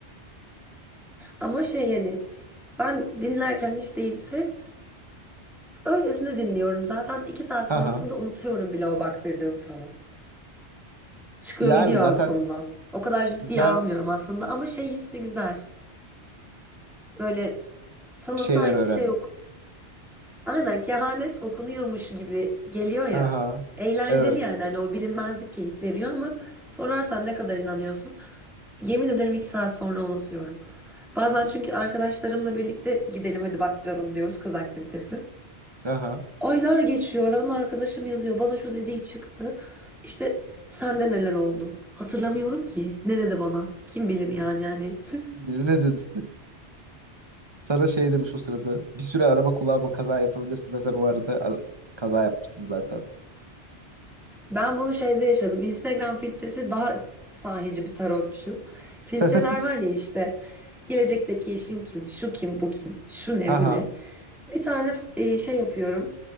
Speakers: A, in the centre; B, on the right (about 25°).
A: Ama şey yani ben dinlerken hiç değilse Öylesine dinliyorum zaten iki saat
B: Ha
A: sonrasında
B: ha.
A: unutuyorum bile o baktırdığım falı. Çıkıyor
B: Yani
A: gidiyor
B: zaten
A: aklımdan. O kadar ciddiye
B: güzel
A: almıyorum aslında ama şey hissi güzel. Böyle sana
B: bir şeyler
A: sanki
B: öğrendim.
A: şey yok. Aynen kehanet okunuyormuş gibi geliyor ya.
B: Ha ha.
A: Eğlenceli
B: Evet.
A: yani hani o bilinmezlik keyif veriyor ama sorarsan ne kadar inanıyorsun? Yemin ederim iki saat sonra unutuyorum. Bazen çünkü arkadaşlarımla birlikte gidelim hadi baktıralım diyoruz kız aktivitesi.
B: Aha.
A: Aylar geçiyor. Aradan arkadaşım yazıyor. Bana şu dediği çıktı. İşte sende neler oldu? Hatırlamıyorum ki. Ne dedi bana? Kim bilir yani hani. <laughs>
B: Biri ne dedi? <laughs> Sana şey demiş o sırada. Bir süre araba kullanma kaza yapabilirsin ve sen o arada a- kaza yapmışsın zaten.
A: Ben bunu şeyde yaşadım. Instagram filtresi daha sahici bir tarotçu. Filtreler
B: <laughs>
A: var ya işte. Gelecekteki eşin kim? Şu kim? Bu kim? Şu ne?
B: Haha.
A: Bu ne? Bir tane e, şey yapıyorum.